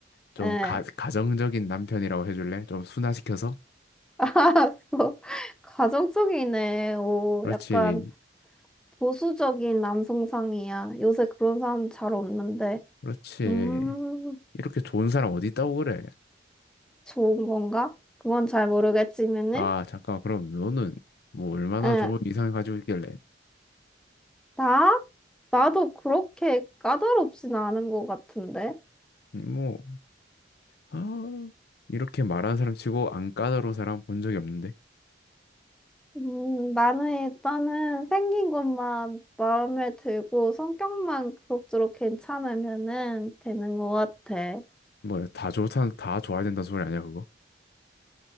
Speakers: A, on the left; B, in the centre.
A: 좀
B: 예,
A: 가, 가정적인 남편이라고 해줄래? 좀 순화시켜서?
B: <laughs> 알았어. 가정적이네. 오,
A: 그렇지,
B: 약간 보수적인 남성상이야. 요새 그런 사람 잘 없는데.
A: 그렇지.
B: 음.
A: 이렇게 좋은 사람 어디 있다고 그래?
B: 좋은 건가? 그건 잘 모르겠지만은,
A: 아, 잠깐, 그럼 너는 뭐 얼마나
B: 응,
A: 좋은 이상을 가지고 있길래?
B: 나? 나도 그렇게 까다롭진 않은 것 같은데.
A: 뭐, 아, 이렇게 말하는 사람 치고 안 까다로운 사람 본 적이 없는데.
B: 음, 나는 일단은 생긴 것만 마음에 들고 성격만 그럭저럭 괜찮으면은 되는 것 같아.
A: 뭐, 다 좋다, 다 좋아야 된다는 소리 아니야, 그거?